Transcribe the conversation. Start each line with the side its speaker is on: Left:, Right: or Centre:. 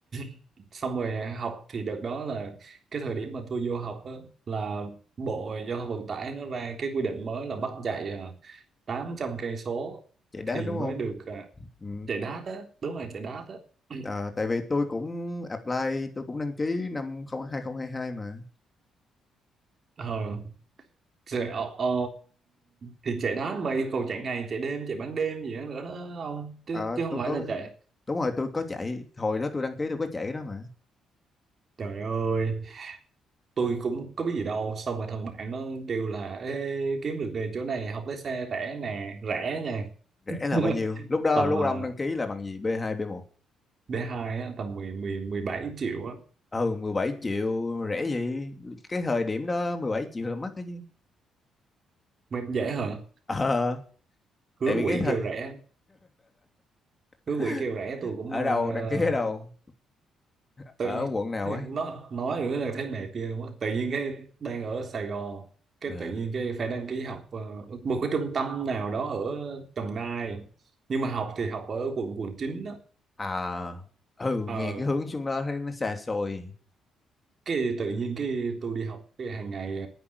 Right: <clears throat> xong rồi học thì đợt đó là cái thời điểm mà tôi vô học á, là Bộ Giao thông Vận tải nó ra cái quy định mới là bắt chạy à, 800 cây số
Left: chạy đát
Right: thì
Left: đúng
Right: mới
Left: không?
Right: được à,
Left: Ừ.
Right: chạy đát á đúng rồi chạy đát á <clears throat>
Left: Ờ, tại vì tôi cũng apply, tôi cũng đăng ký năm 0 2022 mà.
Right: ờ chạy, ờ, ờ, thì chạy đát mà yêu cầu chạy ngày chạy đêm chạy ban đêm gì đó nữa đó không chứ,
Left: Ờ,
Right: chứ không
Left: tôi
Right: phải
Left: có,
Right: là chạy
Left: đúng rồi, tôi có chạy. Hồi đó tôi đăng ký tôi có chạy cái đó mà.
Right: trời ơi tôi cũng có biết gì đâu xong rồi thằng bạn nó kêu là Ê, kiếm được nghề chỗ này học lái xe rẻ nè rẻ nha
Left: Rẻ là
Right: <laughs>
Left: bao nhiêu? Lúc đó,
Right: tầm
Left: lúc ông đăng
Right: uh,
Left: ký là bằng gì? B2, B1?
Right: D2 á tầm 10 10 17 triệu á
Left: ừ 17 triệu rẻ gì cái thời điểm đó 17 triệu là mắc đó chứ
Right: mà em dễ hả
Left: ờ
Right: hứa
Left: tại vì
Right: quỷ
Left: cái thời
Right: kêu rẻ
Left: <laughs>
Right: hứa quỷ kêu rẻ tôi cũng
Left: ở
Right: ờ,
Left: đâu đăng ký ở đâu
Right: tự
Left: ở
Right: nhiên
Left: quận nào ấy
Right: nó nói nữa là thấy mệt ghê luôn á tự nhiên cái đang ở Sài Gòn cái
Left: ừ.
Right: tự nhiên cái phải đăng ký học ờ, một cái trung tâm nào đó ở Đồng Nai nhưng mà học thì học ở quận quận 9 đó.
Left: à ừ
Right: ờ
Left: nghe cái hướng xuống đó thấy nó xa xôi
Right: cái tự nhiên cái tôi đi học cái hàng ngày